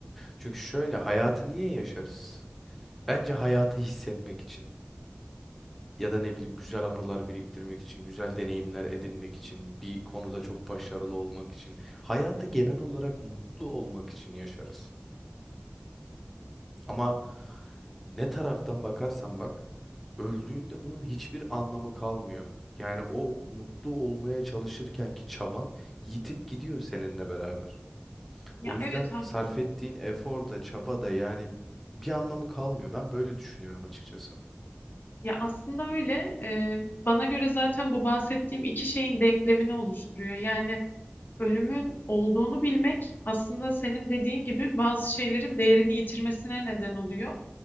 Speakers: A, in the centre; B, on the left (about 50°).
A: Çünkü şöyle hayatı niye yaşarız? Bence hayatı hissetmek için ya da ne bileyim güzel anılar biriktirmek için, güzel deneyimler edinmek için, bir konuda çok başarılı olmak için, hayatı genel olarak mutlu olmak için yaşarız. Ama ne taraftan bakarsan bak, öldüğünde bunun hiçbir anlamı kalmıyor. Yani o mutlu olmaya çalışırken ki çaban yitip gidiyor seninle beraber.
B: Ya
A: O yüzden
B: evet haklısın.
A: sarf ettiğin efor da çaba da yani bir anlamı kalmıyor. Ben böyle düşünüyorum açıkçası.
B: Ya aslında öyle. e, bana göre zaten bu bahsettiğim iki şeyin denklemini oluşturuyor. Yani ölümün olduğunu bilmek aslında senin dediğin gibi bazı şeylerin değerini yitirmesine neden oluyor.